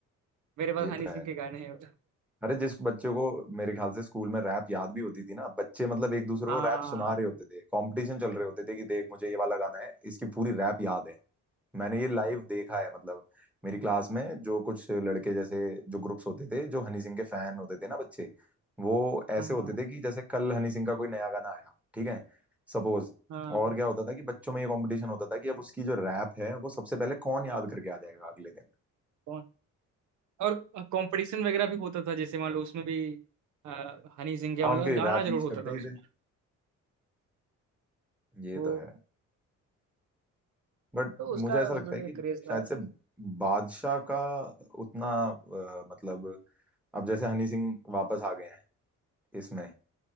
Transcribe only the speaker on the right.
मेरे पास
हनी
सिंह
के गाने हैं
हाँ
हाँ
हाँ
हाँ और कंपटीशन वगैरह भी होता था जैसे मान लो उसमें भी अ, हनी सिंह का
मतलब
गाना
जरूर
होता
था उसमें
वो
तो उसका
उन्होंने
क्रेज
था